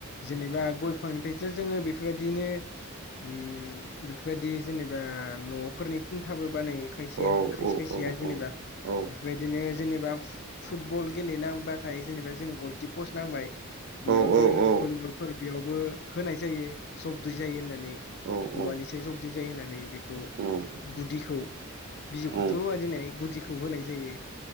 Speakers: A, on the left; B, on the right.
A: जेनेबा गय फांनिफ्रायसो जोङो बेफोरबायदिनो ओम बेफोरबायदि जेनेबा न'फोरनि खुन्थाबो बानायो खायसे
B: औ
A: खायसे
B: औ
A: खायसेया
B: औ
A: जेनेबा
B: औ औ
A: बेबायदिनो जेनेबा फुटबल गेलेेनांबाथाय जेनेबा जों गलकि पस्ट नांबाय बेयावबो
B: औ औ औ
A: फोर बेयावबो होनाय जायो जबद जायो होननानै
B: औ
A: औवानिस जबदि जायो होननानै बे ओ
B: औ
A: गुदिखौ बिजौखौथ'
B: औ
A: दिनै गुदिखौ खौ होनाय जायो